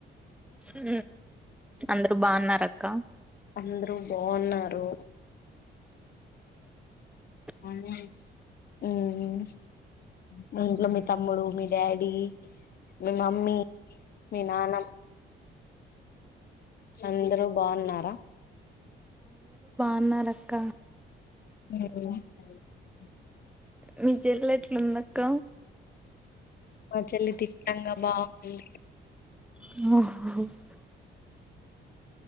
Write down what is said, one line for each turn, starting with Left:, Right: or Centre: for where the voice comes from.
Centre: హు అందరూ బాన్నర అక్క
Left: అందరు బన్నారు
Centre: ఉ
Left: మీ ఇంట్లో తమ్ముడు మీ డాడీ <unintelligible> మీ మమ్మీ మీ నాన్న అందరు బన్నార
Centre: <unintelligible> రక్క
Left: అ
Centre: మీ చెల్లి ఎట్లుందక్క
Left: మ చెల్లి దిట్టంగ బాగుంది
Centre: <unintelligible>